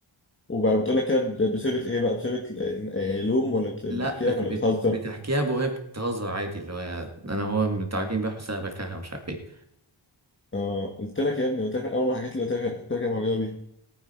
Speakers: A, on the left; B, on the right.
A: وبقى بتقول لك كده ب- بصيغة ايه بقى بصيغة ل- آه، لوم ولا بت- بتحكي
B: لا بت...
A: لك ولا
B: بت...
A: بتهزر
B: بتحكيها بوهي بتهزر عادي اللي هو انا وهو متعاركين امبارح بسببك ها، مش عارف ايه
A: اه قلت لك يا ابني قلت لك من اول ما حكيت لي قلت لك قلت لك يا معجبه بيه